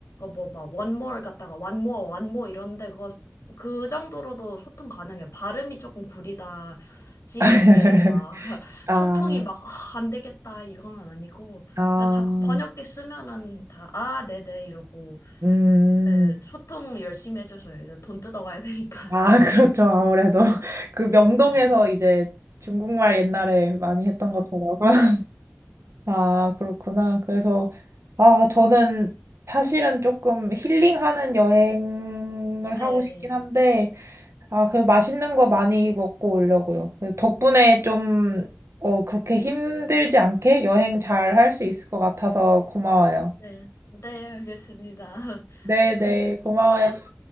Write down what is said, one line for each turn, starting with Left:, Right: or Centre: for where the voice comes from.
Left: 뭐막 one more 갖다가 one more, one more 이런데 그거 그 정도로도 소통 가능해. 발음이 조금 구리다지
Right: <laughs>
Left: 이게 막 <laughs>
Right: 아,
Left: 소통이 막 아, 안 되겠다 이거는 아니고
Right: 아,
Left: 다 번역기 쓰면은 다 아 네네 이러고
Right: 음.
Left: 네, 소통 열심히 해줘서요. 이제 돈 뜯어가야 되니까.
Right: 아,
Left: <laughs>
Right: <laughs> 그렇죠. 아무래도 <laughs> 그 명동에서
Left: 네,
Right: 이제 중국말 옛날에 많이 했던 것처럼. <laughs> 아, 그렇구나. 그래서 아, 저는 사실은 조금 힐링하는 여행을
Left: 네,
Right: 하고 싶긴 한데 아, 그 맛있는 거 많이 먹고 오려고요. 그 덕분에 좀 어, 그렇게 힘들지 않게 여행 잘 할 수 있을 것 같아서 고마워요.
Left: 네, 네, 알겠습니다. <laughs>
Right: 네, 네.
Left: 감사합니다.
Right: 고마워요.